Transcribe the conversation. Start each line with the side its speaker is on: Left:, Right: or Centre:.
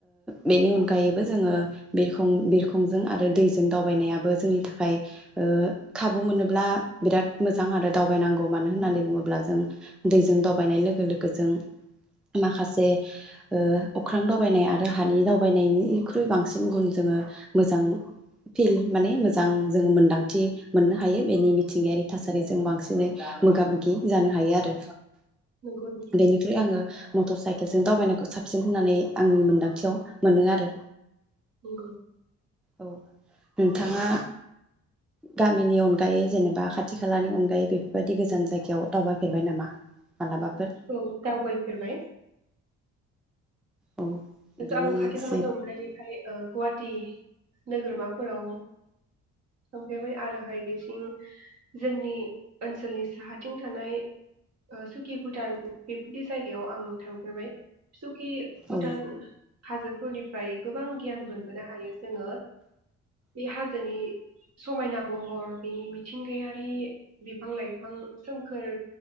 Centre: बेनि अनगायैबो जोङो बिरखं बिरखंजों आरो दैजों दावबायनायाबो जोंनि थाखाय खाबु मोनोब्ला बिराद मोजां आरो दावबायनांगौ मान मानो होननानै बुङोब्ला जों दैजों दावबायनाय लोगो लोगो जों माखासे ओ अख्रां दावबायनाय आरो हानि दावबायनायनिख्रुइ बांसिन गुन जोङो मोजां फिल माने मोजां जों मोन्दांथि मोननो हायो बेनि मिथिंगायारि थासारिजों बांसिनै मोगा मोगि जानो हायो आरो।
Right: नंगौ नोंथां
Centre: बेनिफ्राय आङो मटर साइकेलजों दावबायनायखौ साबसिन होननानै आंनि मोनदांथियाव मोनो आरो
Right: नंगौ
Centre: औ नोंथाङा गामिनि अनगायै जेनेबा खाथि खालानि अनगायै बेफोर बे बायदि गोजान जायगायाव दावबायफेरबाय नामा मालाबाफोर
Right: औ दावबायफेरबाय
Centre: औ बिदिनो
Right: आं खाथि
Centre: एसे
Right: खालानि अनगायैखाय ओ गुवाहाटि नोगोरमाफोराव थांफेरबाय आरोहाय बेथिं जोंनि ओनसोलनि साहाथिं थानाय ओ सुकि भुटान बेफोरदि जायगायाव आं थांफेरबाय सु कि भुटान
Centre: औ
Right: हाजोफोरनिफ्राय गोबां गियान मोनबोनो हायो जोङो बे हाजोनि समायना महर बिनि मिथिंगायारि बिफां-लाइफां सोमखोर